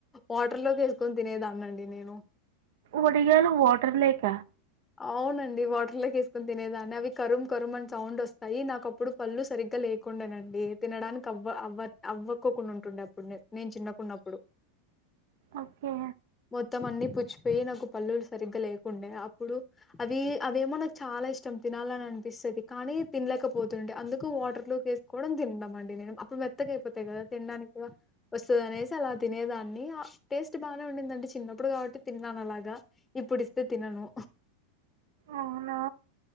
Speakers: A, on the left; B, on the right.
A: వాటర్ లోకి వేసుకొని తినేదాన్ని తినేనండి నేను
B: వడియలు వాటర్ లోక
A: అవునండి వాటర్లోకేసుకోని తినేదాన్ని అవి కరుం కరుం అని సౌండ్ వస్తాయి నాకు అప్పుడు పళ్ళలు సరిగ్గా లే తయకుండేనండి తినడానికి అవ్వ అవ్వ అవ్వక్కకుండా ఉంటుండే అప్పుడు నేను చిన్నకున్నప్పుడు
B: ఓకే
A: మొత్తం అన్నీ పుచ్చిపోయి నాకు పళ్లులు సరిగ్గా లేకుండే అప్పుడు అవి అవేమో నాకు చాలా ఇష్టం తినాలని అనిపిస్తుది కానీ తినలేకపోతుండే అందుకు వాటర్లో కూడా తిండం అండి నేను అప్పుడు మెత్తగా అయిపోతాయి కదా తినడానికి కూడా వ అనేసి అలా తినేదాన్ని టేస్ట్ బాగానే ఉందండి చిన్నప్పుడు కాబట్టి తిన్నాాను అలాగా ఇప్పుడు తిన్నాను
B: అవునా